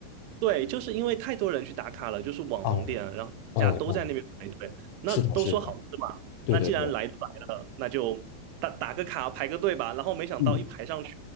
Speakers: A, on the right (about 85°); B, on the left (about 75°).
A: 对，就是因为太多人去打卡了，就是网红店，
B: 哦，
A: 然后大家都在那边排队，
B: 哦哦，
A: 那都说好吃嘛，
B: 是的，是的，对对对，
A: 那既然来都来了，那就打打个卡排个队吧。然后没想到一排上去，
B: 嗯，